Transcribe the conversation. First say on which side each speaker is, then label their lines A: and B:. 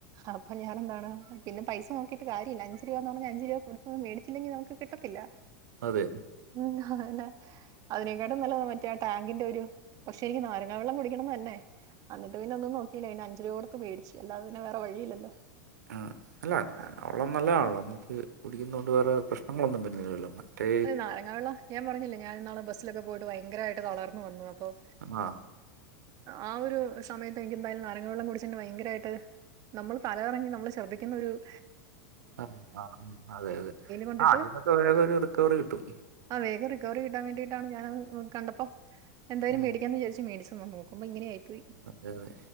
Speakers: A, on the right (about 40°); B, on the right (about 80°).
A: അപ്പ ഞാനെന്താണ് പിന്നെ പൈസ നോക്കിട്ട് കാര്യില്ല അഞ്ച് രൂപേന്ന് പറഞ്ഞ അഞ്ചു രൂപ കൊടുത്തത് മേടിച്ചില്ലെങ്കി നമുക്ക് കിട്ടത്തില്ല
B: അതെ
A: എന്താണേ അതിനേക്കാട്ട് നല്ലത് മറ്റേ ആ ടാങ്കിന്റെ ഒരു പക്ഷെ എനിക്ക് നാരങ്ങ വെള്ളം കുടിക്കണൊന്ന് തന്നെ അന്നിട്ട് പിന്നൊന്നും നോക്കില്ല പിന്നെ അഞ്ച് രൂപ കൊടുത്ത് മേടിച്ച് അല്ലാതെ പിന്നെ വേറെ വഴിയില്ലല്ലോ
B: ആ അല്ല നാരങ്ങാവെള്ളം നല്ലതാണല്ലോ നമുക്ക് കുടിക്കുന്നോണ്ട് വേറെ പ്രശ്നങ്ങളൊന്നും വരുന്നില്ലല്ലോ മറ്റേ
A: അല്ല നാരങ്ങാവെള്ളം ഞാൻ പറഞ്ഞില്ലേ ഞാനിന്നാള് ബസ്സിലൊക്കെ പോയിട്ട് ഭയങ്കരായിട്ട് തളർന്ന് വന്നു അപ്പോ-
B: ആ <unintelligible>
A: ആ ഒരു സമയത്ത് എനിക്കെന്തായാലും നാരങ്ങാവെള്ളം കുടിച്ചിണ്ട് ഭയങ്കരായിട്ട്- നമ്മള് തലകറങ്ങി നമ്മള് ശർദ്ധിക്കുന്നൊരു-
B: ആഹ് ആ അതെ അതെ
A: കൊണ്ടിട്ട്
B: ആ അതിനൊക്കെ വേഗമൊരു റിക്കവറി കിട്ടും
A: ആ വേഗം റിക്കവറി കിട്ടാൻ വേണ്ടിയിട്ടാണ് ഞാനത് കണ്ടപ്പം എന്തായാലും
B: ഉം
A: മേടിക്കാന്ന് വിചാരിച്ച് മേടിച്ച് ഒന്ന് നോ ക്കുമ്പോ ഇങ്ങനായി പോയി
B: അതെ അതെ